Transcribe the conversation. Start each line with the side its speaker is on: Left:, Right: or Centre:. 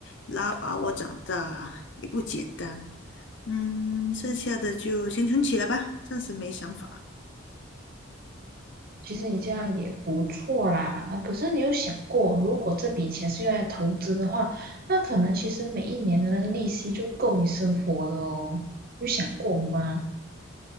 Left: 拉把我长大也不简单。嗯，剩下的就先存起来吧，暂时没想法。
Right: 其实你这样也不错啦，啊可是你有想过，如果这笔钱是用来投资的话，那可能其实每一年的那个利息就够你生活了哦，有想过吗？